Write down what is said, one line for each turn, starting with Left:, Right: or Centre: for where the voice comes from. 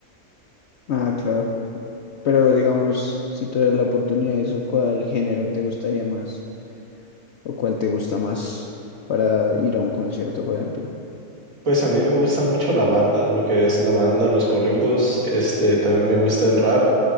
Left: Ah, claro. Pero digamos, si tuvieras la oportunidad de eso, ¿cuál género te gustaría más? ¿O cuál te gusta más para ir a un concierto, por ejemplo?
Right: Pues a mí me gusta mucho la banda, lo que es la banda, los corridos, este, también me gusta el rap,